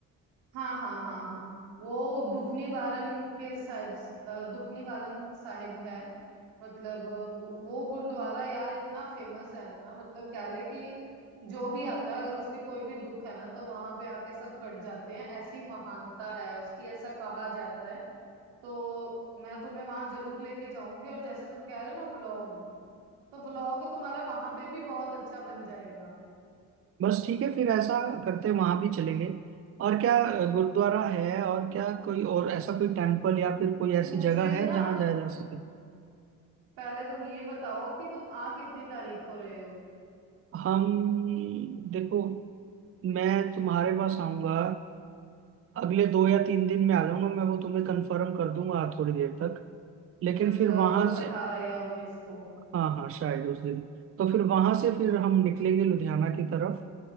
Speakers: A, on the right; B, on the right.
A: हाँ हाँ हाँ हाँ वो दुख निवारण के साहिब अ, दुख निवारण साहिब है मतलब वो, वो गुरुद्वारा यार इतना फेमस है ना मतलब क्या है कि जो भी आता है अगर उसके कोई भी दुख है ना तो वहां पे आके सब कट जाते हैं ऐसी महानता है उसकी ऐसा कहा जाता है तो मैं तुम्हें वहां जरूर लेके जाऊंगी और जैसे तुम कह रहे हो ना व्लॉग तो व्लॉग तुम्हारा वहां पे भी बहुत अच्छा बन जाएगा
B: बस ठीक है फिर ऐसा करते हैं वहां भी चलेंगे और क्या अ, गुरुद्वारा है और क्या कोई और ऐसा कोई टेम्पल या फिर कोई ऐसी
A: मुझे
B: जगह
A: ना
B: है जहाँ जाया जा सके
A: पहले तुम ये बताओ कि तुम आ कितनी तारीख को रहे हो
B: हम देखो मैं तुम्हारे पास आऊंगा अगले दो या तीन दिन में आ जाऊंगा मैं वो तुम्हें कंफर्म कर दूंगा थोड़ी देर तक लेकिन
A: मतलब
B: फिर वहां
A: अठारह
B: से
A: या उन्नीस को
B: हाँ हाँ शायद उस दिन तो फिर वहां से फिर हम निकलेंगे लुधियाना की तरफ